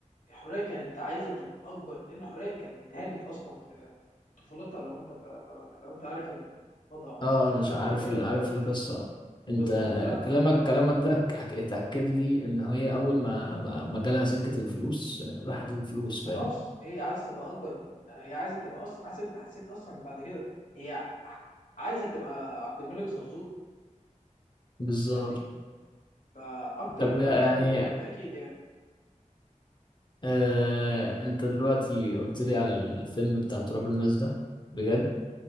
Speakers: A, on the left; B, on the left.
A: الحريه كانت عايزه تبقى اكبر لان الحريه كانت اتهانت اصلا في في طفولتها لو انت لو, لو انت عارف الماضي عامه
B: اه
A: يعني
B: انا ش-
A: لا
B: عارف
A: حريه
B: ال- عارف القصه انت
A: بالظبط لا
B: كلامك كلامك ده ك- اتاكد لي ان هي اول ما ما ما جالها سكه الفلوس راحت الفلوس فاهم
A: خلاص هي عايزه تبقى اكبر من هي عايزه تبقى اصلا حاسس انت حسيت اصلا بعد كده هي عايزه تبقى عبد الملك زرزور
B: بالظبط
A: فاهمني فاكتر
B: طب
A: من ان
B: يعني
A: هي بتحب ابراهيم ده اكيد يعني
B: آه انت دلوقتي قلت لي على الفيلم بتاع تراب الماس ده بجد